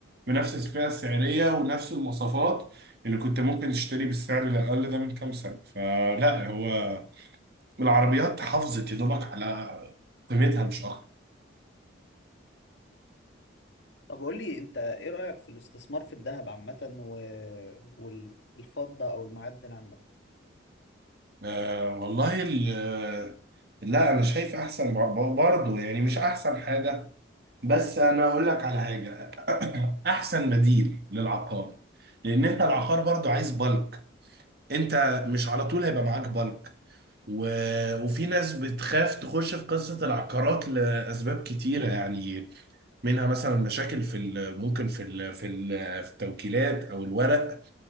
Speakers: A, on the right; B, on the left.
A: بنفس الفئة السعرية ونفس المواصفات اللي كنت ممكن تشتري بالسعر الأقل ده من كام سنة فلا هو العربيات حافظت يا دوبك على قيمتها مش أكتر
B: طب قول لي انت ايه رأيك في الاستثمار في الذهب عامة و... والفضة او المعدن عامة
A: آه والله ال- لا أنا شايف أحسن برضه يعني مش أحسن حاجة بس أنا أقول لك على حاجة <coughs> <clears throat> أحسن بديل للعقار لأن أنت العقار برضه عايز بالك أنت مش على طول هيبقى معاك بالك و... وفي ناس بتخاف تخش في قصة العقارات لأسباب كتيرة يعني منها مثلا مشاكل في ال... ممكن في ال... في ال... في التوكيلات أو الورق